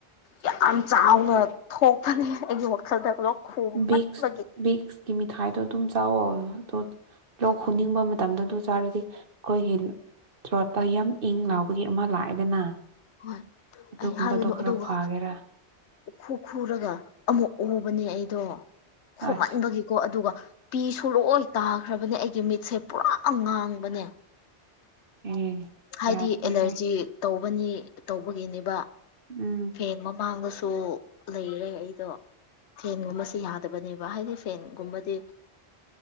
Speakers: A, on the left; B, on the right.
A: ꯌꯥꯝ ꯆꯥꯎꯅ ꯊꯣꯛꯄꯅꯤ ꯑꯩꯒꯤ ꯋꯥꯈꯜꯗ ꯈꯨꯃꯟꯕꯒꯤ
B: ꯕꯤꯛꯁ ꯕꯤꯛꯁꯀꯤ ꯃꯤꯊꯥꯏꯗꯣ ꯑꯗꯨꯝ ꯆꯥꯎꯋꯣ ꯑꯣ ꯂꯣꯛ
A: ꯎꯝ
B: ꯍꯨꯅꯤꯡꯕ ꯃꯇꯝꯗ ꯑꯗꯨ ꯁꯥꯔꯗꯤ ꯑꯩꯈꯣꯏꯒꯤ ꯄꯌ ꯏꯪ ꯂꯥꯎꯕꯒꯤ ꯑꯃ ꯂꯥꯛꯑꯦꯗꯅ
A: ꯍꯣꯏ
B: ꯑꯗꯨꯒꯨꯝꯕꯗꯣ
A: ꯑꯩ ꯍꯥꯏꯒꯅꯨ
B: ꯈꯔ
A: ꯑꯗꯨꯒ
B: ꯐꯒꯦꯔꯥ
A: ꯈꯨꯔ ꯈꯨꯔꯒ ꯑꯃꯨꯛ ꯑꯣꯕꯅꯦ ꯑꯩꯗꯣ ꯈꯃꯟꯕꯒꯤꯀꯣ
B: ꯑꯁ
A: ꯑꯗꯨꯒ ꯄꯤꯁꯨꯂꯣꯏ ꯇꯥꯈ꯭ꯔꯕꯅꯦ ꯑꯩꯒꯤ ꯃꯤꯠꯁꯦ ꯄꯨꯔꯥ ꯉꯥꯡꯕꯅꯦ
B: ꯑꯦ
A: ꯍꯥꯏꯗꯤ
B: ꯌꯥꯗ꯭ꯔꯦꯍꯦ
A: ꯑꯦꯂꯔꯖꯤ ꯇꯧꯕꯅꯤ ꯇꯧꯕꯒꯤꯅꯦꯕ
B: ꯎꯝ
A: ꯐꯦꯟ ꯃꯃꯥꯡꯗꯁꯨ ꯂꯩꯔꯦ ꯑꯩꯗꯣ ꯐꯦꯟꯒꯨꯝꯕꯕꯁꯤꯦ ꯌꯥꯗꯕꯅꯦꯕ ꯍꯥꯏꯗꯤ ꯐꯦꯟꯒꯨꯝꯕꯗꯤ